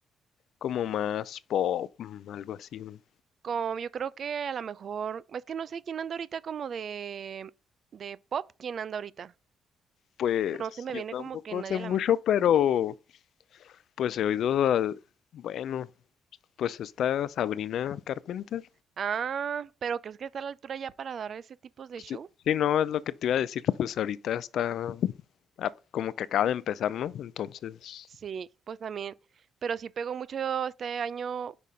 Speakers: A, on the left (about 70°); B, on the right (about 55°).
A: como más pop, mm, algo así. ¿no?
B: Como yo creo que a lo mejor, es que no sé quién anda ahorita como de, de pop, quién anda ahorita.
A: Pues
B: No se me
A: yo
B: viene
A: tampoco
B: como que nadie
A: sé
B: a
A: mucho,
B: la mente.
A: pero pues he oído, a- bueno, pues esta Sabrina Carpenter.
B: Ah, pero ¿crees que está a la altura ya para dar ese tipo de shows?
A: Sí, sí, no, es lo que te iba a decir, pues ahorita está ah, como que acaba de empezar, ¿no? Entonces,
B: Sí, pues también, pero sí pegó mucho este año,